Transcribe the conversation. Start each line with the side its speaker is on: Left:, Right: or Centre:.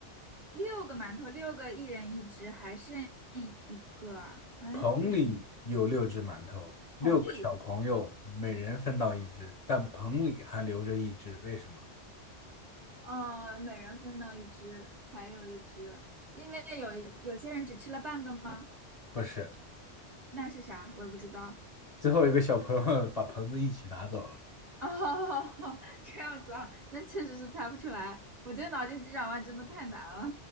Right: 六个馒头，六个一人一只，还剩一个啊？哎，
Left: 棚里有六只馒头，
Right: 为什么？同理，
Left: 六个小朋友每人分到一只，但棚里还留着一只，为什么？
Right: 呃，每人分到一只，还有一只，因为有有些人只吃了半个吗？
Left: 不是，
Right: 那是啥？我也不知道。
Left: 最后一个小朋友 <laughs> 把棚子一起拿走了。
Right: 哦，<laughs> 这样子啊，那确实是猜不出来。我觉得脑筋急转弯真的太难了。